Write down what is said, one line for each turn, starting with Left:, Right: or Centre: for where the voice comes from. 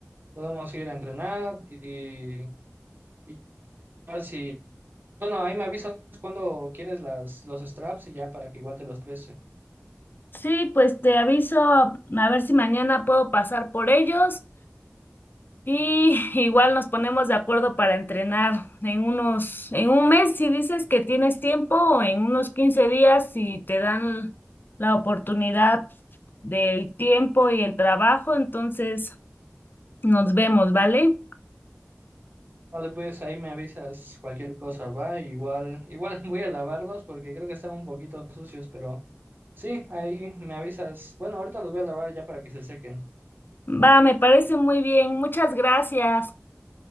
Right: podemos ir a entrenar y, y igual si, bueno, ahí me avisas cuando quieres las, los straps y ya para que igual te los preste.
Left: Sí, pues te aviso a ver si mañana puedo pasar por ellos y <laughs> igual nos ponemos de acuerdo para entrenar en unos, en un mes si dices que tienes tiempo o en unos 15 días si te dan la oportunidad del tiempo y el trabajo, entonces nos vemos, ¿vale?
Right: Vale, pues ahí me avisas cualquier cosa, va. Igual, igual <laughs> voy a lavarlos porque creo que están un poquito sucios, pero... Sí, ahí me avisas. Bueno, ahorita los voy a lavar ya para que se sequen.
Left: Va, me parece muy bien. Muchas gracias.